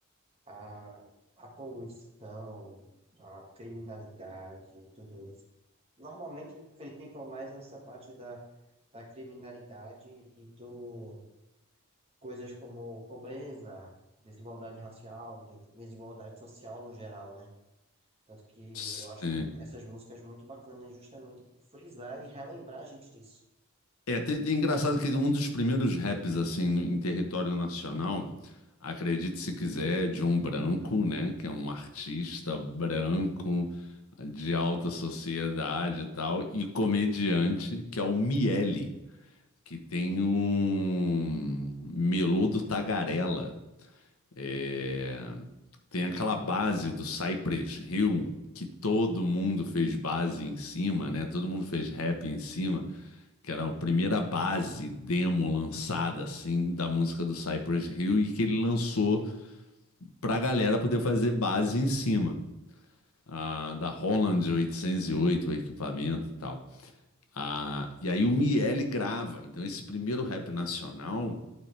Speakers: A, on the right; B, on the left.
A: a, a poluição, a criminalidade, tudo isso. Normalmente criticam mais essa parte da da criminalidade e do, coisas como pobreza, desigualdade racial, de- desigualdade social no geral, né? Tanto que
B: Sim.
A: eu acho essas músicas muito bacanas justamente por frisar e relembrar a gente disso.
B: É, te- te- engraçado que um dos primeiros raps, assim, no- em território nacional, acredite se quiser, de um branco, né, que é um artista branco, de alta sociedade e tal, e comediante, que é o Miele, que tem um melô do Tagarela. É,
A: Uhum.
B: Tem aquela base do Cypress Hill, que todo mundo fez base em cima, né, todo mundo fez rap em cima que era a primeira base demo lançada assim da música do Cypress Hill e que ele lançou para a galera poder fazer base em cima ah, da Holland 808 o equipamento e tal. Ah, e aí o Miele grava. Então esse primeiro rap nacional